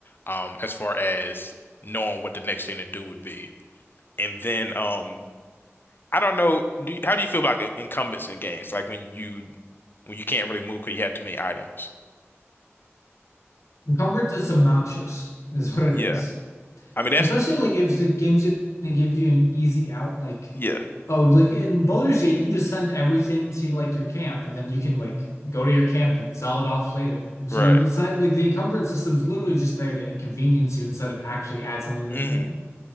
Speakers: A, on the left; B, on the left.
A: um, as far as knowing what the next thing to do would be. And then, um, I don't know. Do you- how do you feel about in- incumbents in games? Like when you when you can't really move because you have too many items.
B: Encumbrance is obnoxious, is what
A: Yeah,
B: it is.
A: I mean that's
B: Especially like if the game's gonna give you an easy out, like
A: yeah,
B: oh, like in Baldur's Gate, you can just send everything to like your camp, and then you can like go to your camp and sell it off later. So
A: right.
B: it's not like the encumbrance system's literally just there to inconvenience you instead of actually add something to
A: hmm
B: the game.